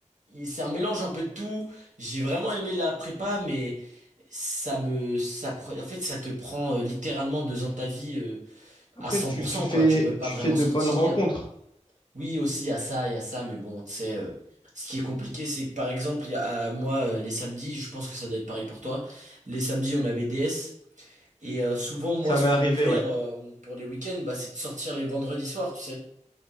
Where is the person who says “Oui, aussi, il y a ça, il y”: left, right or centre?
Right